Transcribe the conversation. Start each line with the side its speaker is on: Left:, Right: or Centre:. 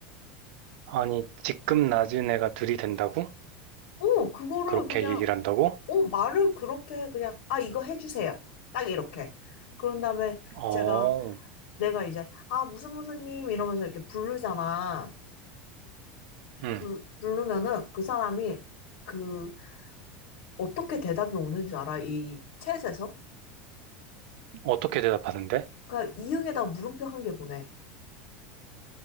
Right: 아니, 직급 낮은 애가 들이댄다고?
Left: 어 그거를
Right: 그렇게
Left: 그냥
Right: 얘기를 한다고?
Left: 어 말을 그렇게 그냥 아 이거 해주세요 딱 이렇게 그런 다음에
Right: 어,
Left: 제가 내가 이제 아 무슨 무슨 님 이러면서 이렇게 부르잖아
Right: 응.
Left: 불, 부르면은 그 사람이 그 어떻게 대답이 오는 줄 알아? 이 챗에서?
Right: 어떻게 대답하는데?
Left: 그러니까 이응에다 가 물음표 한 개 보내.